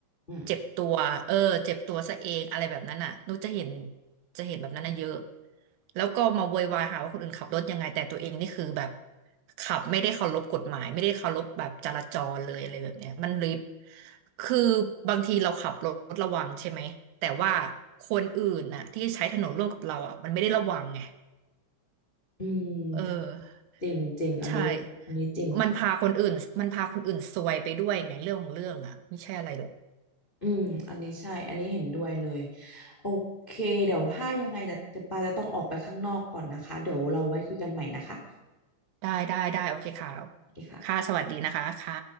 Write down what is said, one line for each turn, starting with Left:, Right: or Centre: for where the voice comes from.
Left: อืม
Right: เจ็บตัวเออเจ็บตัวซะเองอะไรแบบนั้นน่ะนุกจะเห็นจะเห็นแบบนั้นน่ะเยอะแล้วก็มาโวยวายหาว่าคนอื่นขับรถยังไงแต่ตัวเองนี่คือแบบขับไม่ได้เคารพกฎหมายไม่ได้เคารพแบบจราจรเลยอะไรแบบเนี้ยมันเลยคือบางทีเราขับรถระวังใช่ไหมแต่ว่าคนอื่นน่ะที่ใช้ถนนร่วมกับเราอ่ะมันไม่ได้ระวังไง
Left: อืม
Right: เออ
Left: จริงจริงอันนี้อันนี้จริงค่ะ
Right: ใช่มันพาคนอื่นมันพาคนอื่นซวยไปด้วยไงเรื่องของเรื่องอ่ะไม่ใช่อะไรหรอก
Left: อืม อันนี้ใช่ อันนี้เห็นด้วยเลย โอเค เดี๋ยวถ้ายังไงจะปาจะต้องออกไปข้างนอกก่อนนะคะ เดี๋ยวเราไว้คุยกันใหม่นะคะ
Right: ได้ได้ได้โอเคค่ะ
Left: สวัสดีค่ะ
Right: ค่ะสวัสดีนะคะค่ะ